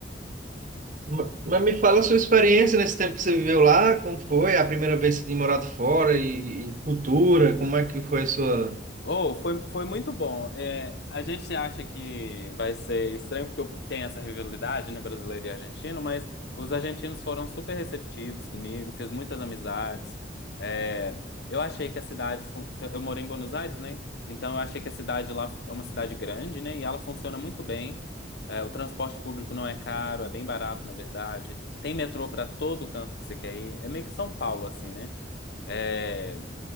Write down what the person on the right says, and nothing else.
ma- mas me fala a sua experiência nesse tempo que você viveu lá, como foi a primeira vez que você tinha morado fora e, e cultura, como é que foi a sua...